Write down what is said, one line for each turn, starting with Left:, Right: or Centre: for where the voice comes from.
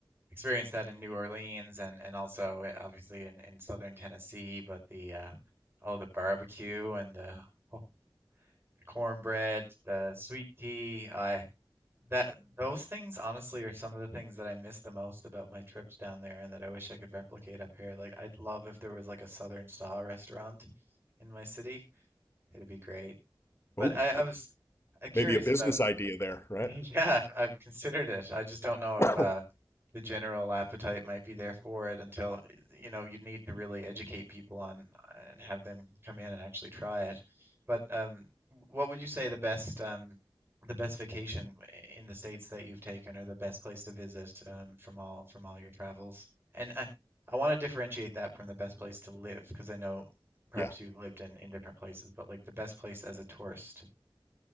Right: experienced that in New Orleans and and also uh, obviously in in southern Tennessee. But the uh, oh the barbecue and the, oh, the cornbread, the sweet tea. I that those things honestly are some of the things that I miss the most about my trips down there, and that I wish I could replicate up here. Like I'd love if there was like a southern style restaurant in my city. It'd be great. But
Left: Oh,
Right: I, I was uh, curious
Left: Maybe a business
Right: about.
Left: idea there,
Right: <laughs>
Left: right?
Right: Yeah, I've considered it. I just don't know if
Left: <coughs>
Right: uh, the general appetite might be there for it until, you know, you need to really educate people on and have them come in and actually try it. But um, what would you say the best um, the best vacation in the states that you've taken or the best place to visit um, from all from all your travels? And I, I want to differentiate that from the best place to live because I know perhaps
Left: yeah.
Right: you've lived in in different places, but like the best place as a tourist.